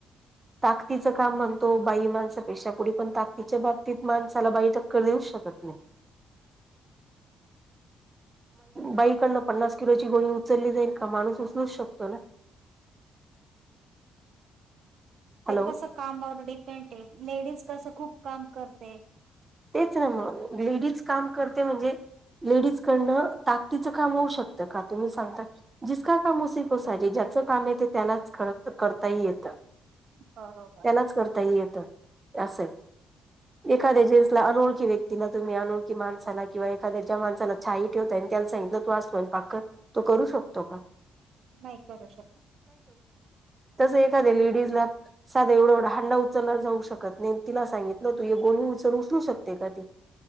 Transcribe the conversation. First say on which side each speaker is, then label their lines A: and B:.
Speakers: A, on the right; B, on the right.
A: ताकतीचं काम म्हणतो बाई माणसापेक्षा पुढे पण ताकतीच्या बाबतीत माणसाला बाई टक्कर देऊ शकत नाही बाई डन पन्नास किलोची गोणी उचलली जाईल का माणूस उचलूच शकतो ना
B: ते
A: हॅलो
B: कस कामवर डिपेंड लेडीज कसं खूप काम करते
A: तेच ना मग लेडीज काम करते म्हणजे लेडीज कडनं ताकदीचं काम होऊ शकतं का तुम्ही सांगता जिसका काम उसिकोसायजे ज्याचं काम येते त्यालाच खर करताही येतं त्यालाच
B: बरोबर.
A: करता ह येतं अस अस एखाद्या ज अनोळखी व्यक्तीला तुम्ही अनोखीणसाला किंवा एखाद्या ज्या माणसाला छाई ठेवता आणि त्याला सांगितलं तू अस पाक तो करू शकतो का
B: नाही करू शकत.
A: तस एखाद्या लेडीज ला साधा एवढा एवढा हांडा उचलला जाऊ शकत नाही तिला सांगितलं तू हे गोनणी उचलू शक- उचलू शकते का ती.